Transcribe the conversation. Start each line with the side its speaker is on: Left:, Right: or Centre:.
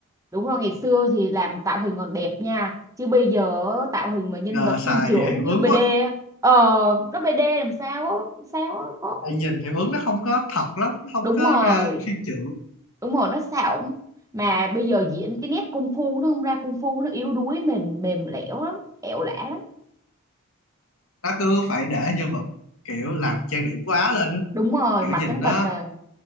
Right: đúng rồi ngày xưa thì làm tạo hình còn đẹp nha chứ bây giờ tạo hình mà nhân
Left: Giờ
Right: vật
Left: xài
Right: phim chưởng
Left: hiệu
Right: như
Left: ứng
Right: BD
Left: quá
Right: á, ờ nó BD làm sao á, sao á, có
Left: tại nhìn hiệu ứng nó không có thật lắm nó
Right: đúng
Left: không có
Right: rồi
Left: ra phim chưởng
Right: đúng rồi nó xạo mà bây giờ diễn cái nét cung phu nó không ra cung phu nó yếu đuối mềm mềm lẻo lắm ẻo lả lắm
Left: nó cứ phải để nhân vật kiểu làm trang điểm quá lên á
Right: đúng rồi
Left: kiểu
Right: mặt
Left: nhìn
Right: trắng
Left: nó
Right: bệch à